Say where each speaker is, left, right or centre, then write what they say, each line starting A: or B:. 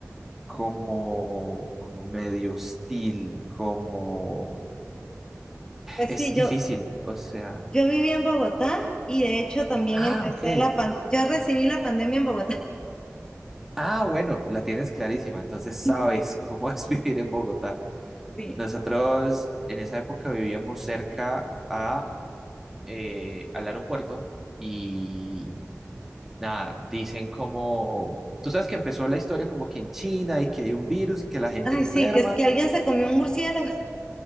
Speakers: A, in the centre; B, on the left.
A: como, como medio hostil, como...
B: Pues
A: Es
B: sí, yo,
A: difícil, o sea...
B: yo viví en Bogotá y de hecho también
A: Ah,
B: empecé
A: ok.
B: la pan, yo recibí la pandemia en Bogotá.
A: Ah, bueno, la tienes clarísima, entonces sabes
B: <laughs> Sí,
A: cómo es <laughs> vivir en Bogotá.
B: sí.
A: Nosotros en esa época vivíamos cerca a, eh, al aeropuerto y nada, dicen como, tú sabes que empezó la historia como que en China y que hay un virus y que la gente
B: Ay,
A: enferma.
B: sí, que es que alguien se comió un murciélago. <laughs>